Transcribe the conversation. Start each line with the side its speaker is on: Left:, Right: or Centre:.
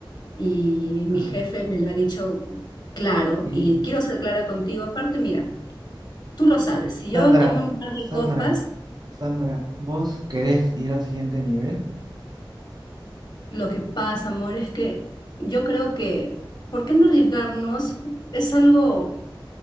Left: Y mi
Right: Ah,
Left: jefe me lo ha dicho claro,
Right: y
Left: y quiero ser clara contigo. Aparte, mira, tú lo sabes, si yo
Right: Sandra,
Left: tomo un par de
Right: Sandra,
Left: copas,
Right: Sandra, ¿vos querés ir al siguiente nivel?
Left: Lo que pasa, amor, es que yo creo que, ¿por qué no arriesgarnos? Es algo